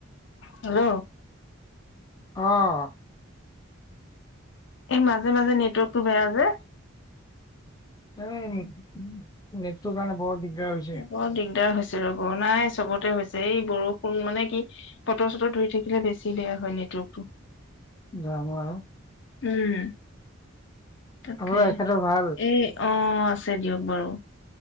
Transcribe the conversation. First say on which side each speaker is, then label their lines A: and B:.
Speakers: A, on the left; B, on the left.
A: হেল্ল'।
B: অঁ'।
A: এই মাজে-মাজে নেটৱৰ্কটো বেয়া যে।
B: উমঁ, নেটটোৰ কাৰণে বৰ দিগদাৰ হৈছে।
A: বৰ দিগদাৰ হৈছে ৰ'ব। নাই, চবতে হৈছে এই বৰষুণ মানে কি- বতৰ-চটৰ ধৰি থাকিলে বেছি বেয়া হয় নেটৱৰ্কটো।
B: যাম আৰু।
A: উমঁ' তাকে,
B: আপোনাৰ এখেতৰ ভাল
A: এই অঁ', আছে দিয়ক বাৰু।